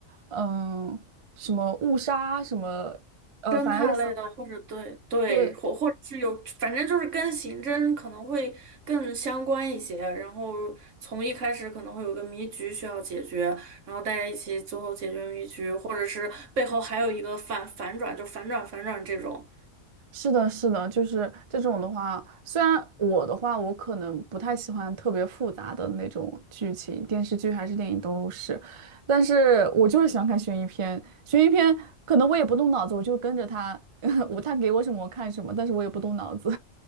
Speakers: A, on the right (about 50°); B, on the right (about 70°).
A: 嗯，什么误杀什么，呃，
B: 侦探类的，
A: 反正类似，
B: 或者对对，
A: 对，
B: 或或者是有，反正就是跟刑侦可能会更相关一些。然后从一开始可能会有个谜局需要解决，然后大家一起最后解决谜局，或者是背后还有一个反反转，就反转反转这种。
A: 是的，是的，就是这种的话，虽然我的话，我可能不太喜欢特别复杂的那种剧情，电视剧还是电影都是，但是我就是喜欢看悬疑片。悬疑片可能我也不动脑子，我就跟着他，<laughs> 我他给我什么我看什么，但是我也不动脑子。